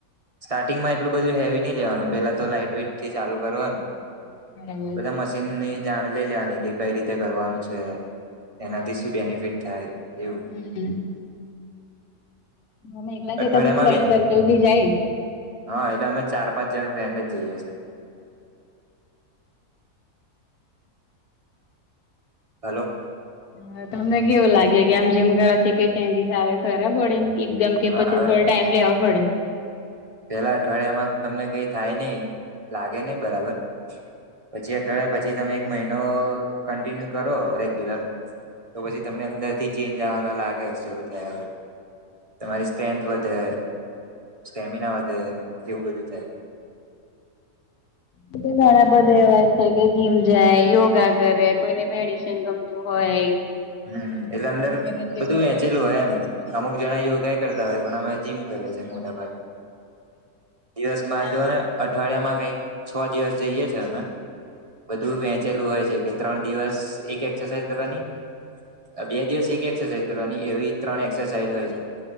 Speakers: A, on the right; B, on the left.
A: સ્ટાર્ટિંગમાં એટલું બધું હેવી નહીઈ લેવાનું પેલા તો લાઈટ વેઇટથી ચાલુ કરવાનું
B: બરાબર
A: બધા મશીનની જાણ લઈ લેવાની કે કઈ રીતે કરવાનું છે એના તી શું બેનિફિટ થાય એવું
B: હમ્મ તમે એકલા
A: અઠવાડિયામાં
B: જતા છો કે ફ્રેન્ડ
A: બે
B: સર્કલ બી જાય
A: હા એટલે અમે ચાર પાંચ જણ ફ્રેન્ડ જ જઈએ છીએ હલો
B: હા તમને કેવું લાગે કે આમ જીમ કરવા થી કંઈક ચેન્જિસ આવે ખરા બોડીમ એ એકદમ કે
A: હા
B: પછી
A: હવે
B: થોડો ટાઈમ લેવા પડે
A: પેલા અઠવાડિયામાં તો તમને કઈ થાય નહિ લાગે નહિ બરાબર પછી અઠવાડિયા પછી તમે એક મહિનો કન્ટિન્યુ કરો રેગ્યુલર તો પછી તમને અંદર થી ચેન્જ આવવાના લાગે શરૂ થયા હોય તમારી સ્ટ્રેન્થ વધે સ્ટેમિના વધે એવું બધું થાય
B: પછી ઘણા બધા એવાય છે કે જીમ જાય યોગા કરે કોઈને મેડિસન ગમ તું હોય
A: હમ્મ એટલે અંદર
B: એને જેવું
A: બધું વેંચેલું હોય એમ અમુક જણા યોગા ઈ કરતા હોય પણ અમે જીમ કરે છે મોટા ભાગે દિવસમાં
B: હા
A: જો ને અઠવાડિયા માં કઈક છ દિવસ જઈએ છે અમે બધું વેંચેલું હોય છે. કે ત્રણ દિવસ એક એક્સરસાઇઝ કરવાની બે દિવસ એક એક્સરસાઇઝ કરવાની એવી ત્રણ એક્સરસાઇઝ હોય છે